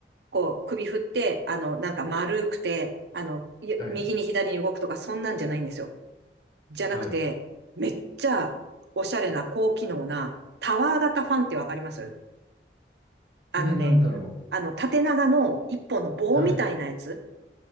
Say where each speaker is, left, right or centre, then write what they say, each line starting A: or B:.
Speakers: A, on the right; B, on the left.
A: こう、首振って、あの、なんか丸くて、あの、い右に左に動くとか、
B: はい。
A: そんなんじゃないんですよ。じゃなくて、
B: はい。
A: めっちゃおしゃれな高機能なタワー型ファンってわかりますあのね、
B: えー、なんだろ
A: あの、縦長の一本の棒みたいなやつ、
B: う。はい。